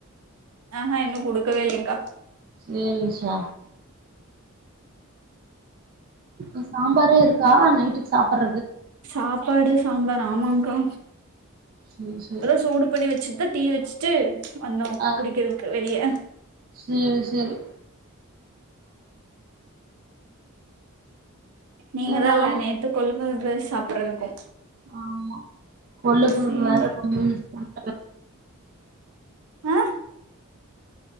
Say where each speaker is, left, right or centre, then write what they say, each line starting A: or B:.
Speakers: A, on the right; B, on the right.
A: ஏ ஹே இன்னு குடுக்கவே இல்லேங்க்கா
B: சேரி நிஷா இப்ப சாம்பாரே இரு க்கா நைட்டுக்கு சாப்பற
A: சாப்பாடு சாம்பார் ஆமாங்கா
B: சேரி சேரி
A: இப்ப தா சூடு பண்ணி வச்சுட்டு டீ வச்சு ட்டு வந்தோ
B: ஆ
A: குடிக்கறதுக்கு வெளிய
B: சேரி சேரி
A: நீங்கதா
B: சேரி நானு
A: இல்ல நேத்து கொளு <unintelligible> சாப்பிடுறதுக்கு
B: ஆமா கொளுப்பு
A: சேரி
B: வேற கொஞ்சொ கொஞ்ச <unintelligible>
A: அ